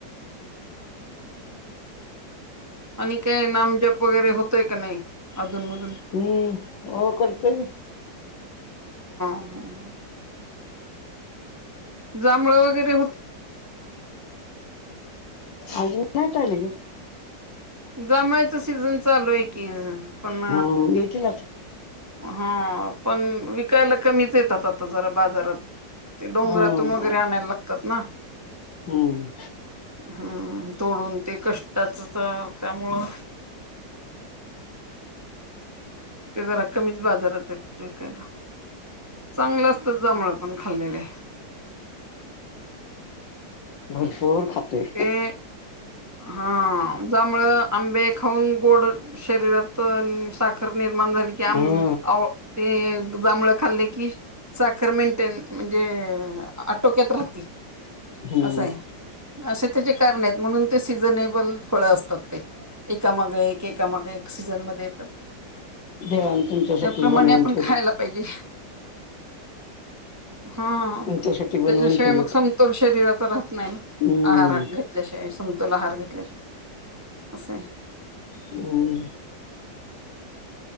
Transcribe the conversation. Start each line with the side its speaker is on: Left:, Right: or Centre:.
Right: आणि काय नामजप वगैरे होतोय का नाई अधूनमध
Left: हम्म हो करतोय मी.
Right: <inaudible> जांभळ वैगरे
Left: अजून नाहीत आलेलं.
Right: जांभळ्याचा सीझन चालू हाय की, पण
Left: हम्म येतील आता
Right: हा पण विकायला कमीच येतात आता जरा बाजारात. ते डोंगरातून
Left: हम्म
Right: वगैरे आणायला लागतात ना.
Left: हम्म.
Right: हम्म तोडून ते कष्टचंच अ त्यामुळं ते जरा कमीच बाजारात येतात विकायला चांगलं असतात जांभळं पण खाल्लेले
Left: भरपूर खातोय
Right: ते हा. हां जांभळं, आंबे खाऊन गोड शरीरातं आणि साखर निर्माण झाली की
Left: हा
Right: आंब आओ ते जांभाळं खाल्ले की साखर मेन्टेन म्हणजे आटोक्यात राहती
Left: हम्म
Right: अस हाय असे त्याचे कारन हायत म्हणून ते सिझनेबल फळं असतात ते एकामाग एक एकामाग एक सीझनमध्ये येतात
Left: देवान तुमच्यासाठी
Right: त्याप्रमाणे
Left: बनवून
Right: आपण
Left: ठेवलेत
Right: खायायला पाहिजे हा
Left: तुमच्यासाठी बनवून
Right: त्याच्याशिवाय
Left: ठेवलेत
Right: मग समतोल शरीराचा राहत नाई ना
Left: हम्म
Right: आहारत घेतल्याशिवाय समतोल आहार घेतल्याशी असं हाय
Left: हम्म